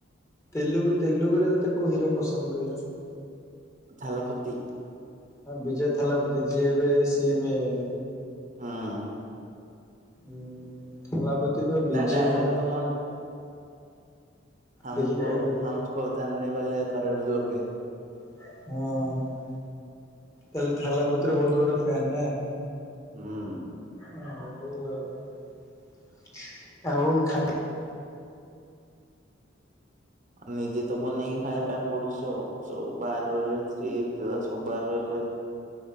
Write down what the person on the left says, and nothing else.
ତେଲୁଗ ତେଲୁଗୁରେ ତତେ କୋଉ ହିରୋ ପସନ୍ଦ କହିଲୁ?
ହଁ ବିଜୟ ଥାଲାପତି ଯିଏ ଏବେ ସିଏମ ହେଇଗଲେ।
ହୁଁ ଥାଲାପତିଙ୍କ ବିଜୟ
ମୋର
ଦେଖିକି କହିଲୁ
ହୁଁ। ତାହେଲେ ଥାଲାପତୀ ର ବୋହୁତ ବଡ ଫ୍ୟାାନ ନା?
ଓ ହୋଉ ଆଉ ଆଉ ଖା